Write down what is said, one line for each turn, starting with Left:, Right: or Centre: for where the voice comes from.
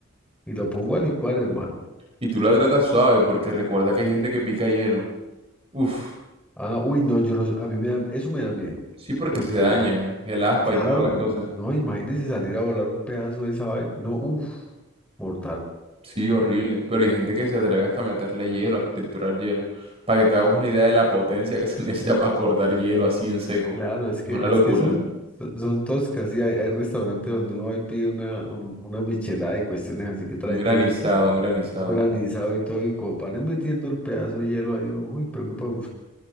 Centre: Y lo pongo a licuar, hermano.
Right: Y tú la tratas suave porque recuerda que hay gente que pica hielo. Uf,
Centre: Ah, uy, no, yo no, sé, a mí me da, eso me da miedo.
Right: sí porque
Centre: Porque,
Right: se daña el aspa
Centre: claro,
Right: y toda la cosa.
Centre: no, imagínese salir a volar un pedazo de esa vaina. No, uff, mortal.
Right: Sí, horrible. Pero hay gente que se atreve hasta a meterle hielo, a triturar hielo. Para que te hagas una idea de la potencia que se <laughs> necesita para cortar hielo así en seco.
Centre: Claro, es que,
Right: Es una locura.
Centre: es que son, son son toscas, sí, hay, hay restaurantes donde uno va y pide una, un- una michelada y cuestiones así que traen
Right: Un granizado,
Centre: hielito,
Right: un granizado.
Centre: un granizado y todo, y como van es metiendo el pedazo de hielo ahí, uno, uy, preocupa,